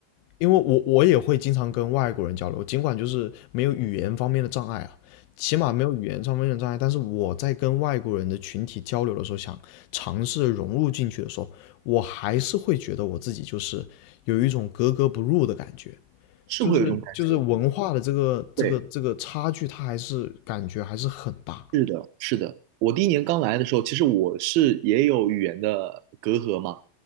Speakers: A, on the left (about 85°); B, on the right (about 80°).
A: 因为我我也会经常跟外国人交流，尽管就是没有语言方面的障碍啊，起码没有语言上面的障碍。但是我在跟外国人的群体交流的时候，想尝试融入进去的时候，我还是会觉得我自己就是有一种格格不入的感觉。
B: 是会有一种感觉，
A: 就是就是文化的这个这个这个差距，
B: 对。
A: 它还是感觉还是很大。
B: 是的，是的。我第一年刚来的时候，其实我是也有语言的隔阂嘛。